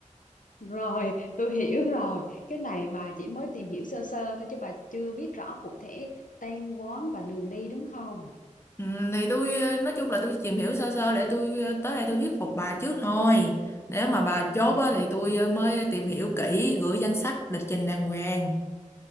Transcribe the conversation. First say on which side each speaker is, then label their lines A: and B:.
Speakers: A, on the left (about 80°); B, on the left (about 20°).
A: rồi <laughs> tôi hiểu rồi cái này bà chỉ mới tìm hiểu sơ sơ thôi chứ bà chưa biết rõ cụ thể tên quán và đường đi đúng không
B: Ừ, thì tôi ờ, nói chung là tôi tìm hiểu sơ sơ để tôi ờ, tới đây tôi thuyết phục bà trước thôi nếu mà bà chốt
A: À,
B: á, thì tôi ờ, mới tìm hiểu kỹ gửi danh sách lịch trình đàng hoàng